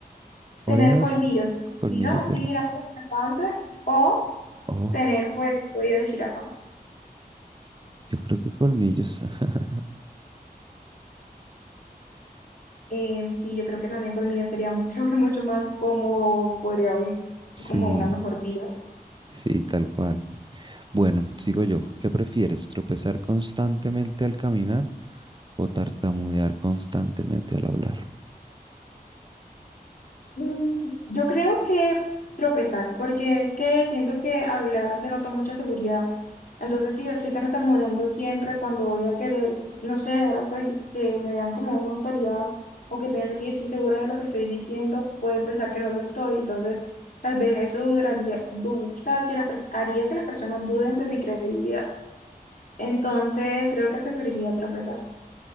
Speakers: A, on the right (about 30°); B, on the left (about 60°).
A: orejas,
B: Tener colmillos,
A: colmillos
B: colmillos así
A: de elefante.
B: grandes de elefante o
A: Oh,
B: tener, pues, cuello de jirafa.
A: yo creo que colmillos. <laughs>
B: Eh, sí, yo creo que también conmigo sería, mu- creo que mucho más cómodo, podría vivir
A: Sí,
B: como una mejor vida.
A: sí, tal cual. Bueno, sigo yo. ¿Qué prefieres? ¿Tropezar constantemente al caminar o tartamudear constantemente al hablar?
B: Mm, yo creo que tropezar, porque es que siento que hablar denota mucha seguridad. Entonces, si yo estoy tartamudeando siempre cuando voy a querer, no sé, dar autori- que me vean como una autoridad o que piense que yo estoy segura de lo que estoy diciendo, puede pensar que no lo estoy. Entonces, tal vez eso duraría, du- o sea, que las pers- haría que las personas duden de mi credibilidad. Entonces, creo que preferiría tropezar.